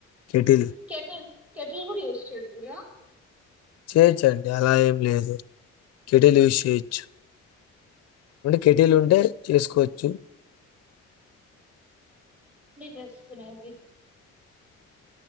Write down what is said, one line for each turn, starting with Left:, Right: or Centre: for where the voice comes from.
Left: Kettle
Centre: kettle. షేటిల్ కూడా యూస్ చేస్తుండ్ర.
Left: చేయొచ్చు అండి అలా ఏం. లేదు కెటీలు యూస్ చేయచ్చు. అ కెటీలు ఉంటే చేసుకోవచ్చు.
Centre: చేసుకునేవి.